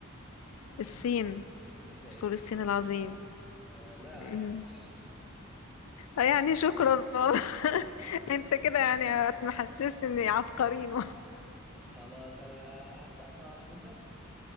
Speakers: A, on the left; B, in the centre.
A: الصين
B: ايه ده
A: سور
B: ايه ده
A: الصين
B: ايه ده ايه
A: العظيم
B: ده طب والله عاش
A: أمم. آه يعني شكرا والله <laughs> انت كده يعني هتحسسني اني عبقرين
B: خلاص انا هبدا اصعب سنه